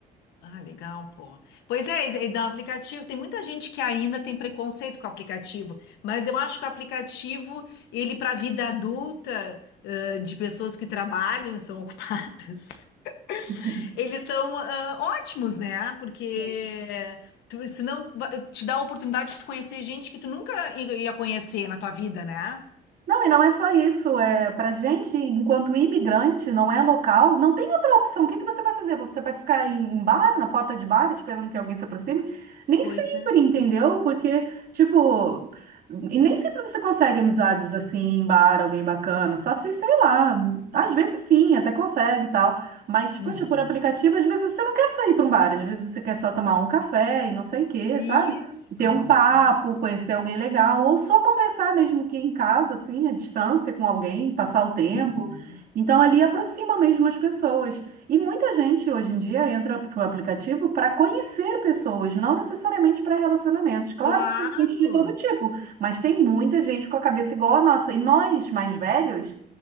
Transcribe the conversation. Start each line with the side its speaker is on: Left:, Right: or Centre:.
Left: Ah, legal, pô. Pois é, e da aplicativo, tem muita gente que ainda tem preconceito com o aplicativo, mas eu acho que o aplicativo, ele para a vida adulta, ãh, de pessoas que trabalham, são ocupadas, <laughs>
Right: <laughs>
Left: eles são, ãh, ótimos, né? Porque
Right: Sim.
Left: tu, senão va- te dá a oportunidade de conhecer gente que tu nunca i- ia conhecer na tua vida, né?
Right: Não, e não é só isso. É, para gente, enquanto imigrante, não é local, não tem outra opção. O que que você vai fazer? Você vai ficar em bar, na porta de bar, esperando que alguém se aproxime? Nem
Left: Pois
Right: sempre,
Left: é.
Right: entendeu? Porque, tipo, e nem sempre você consegue amizades assim em bar, alguém bacana. Só se, sei lá, às vezes sim, até consegue e tal. Mas,
Left: Uhum.
Right: poxa, por aplicativo, às vezes você não quer sair para um bar, às vezes você quer só tomar um café e não sei o quê,
Left: Isso,
Right: sabe? ter um papo,
Left: isso.
Right: conhecer alguém legal, ou só conversar mesmo que em casa, assim, à distância com alguém, passar o tempo.
Left: Uhum.
Right: Então, ali aproxima mesmo as pessoas. E muita gente hoje em dia entra para o aplicativo para conhecer pessoas, não necessariamente para relacionamentos. Claro
Left: Claro.
Right: que tem gente de todo tipo, mas tem muita gente com a cabeça igual a nossa. E nós, mais velhos,